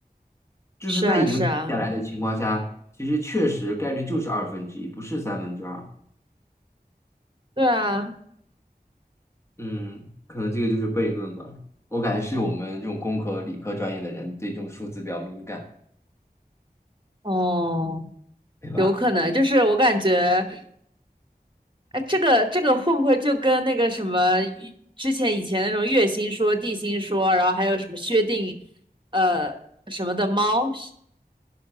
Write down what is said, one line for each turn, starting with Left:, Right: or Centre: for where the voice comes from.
Left: 就是在已经定下来的情况下，
Right: 是啊，是啊，
Left: 其实确实概率就是二分之一，不是三分之二。
Right: 对啊，
Left: 嗯，可能这个就是悖论吧。我感觉是我们这种工科、理科专业的人对这种数字比较敏感，
Right: 哦，
Left: 对吧？
Right: 有可能，就是我感觉，哎，这个这个会不会就跟那个什么之前以前那种月心说、地心说，然后还有什么薛定，呃，什么的猫，